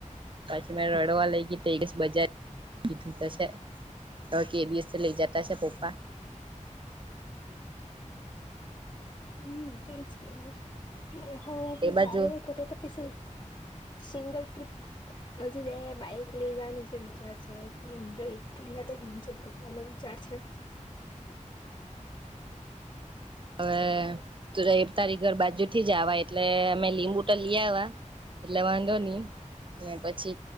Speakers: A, on the right; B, on the left.
A: પછી મે રડવા લઈ તેસ બજાર કીધું તો છે કે એ દીએસ લઇ જતા છે પપ્પા
B: હમ તે જ કેવી મે હ
A: એ બાજુ
B: જાય કધ કતિ સ સિંગલ ટ્રિપ બજુ જ બાઈક લઈ જની છે વિચાર છે ફૂલ એન્જોય એક એન્જોય કરવાનો વિચાર છે
A: હવે ત એક તારી ઘર બાજુ થી જવા એટલે અમે લીંબુ તો લી આવા એટલે વાંધો નહી અને પછી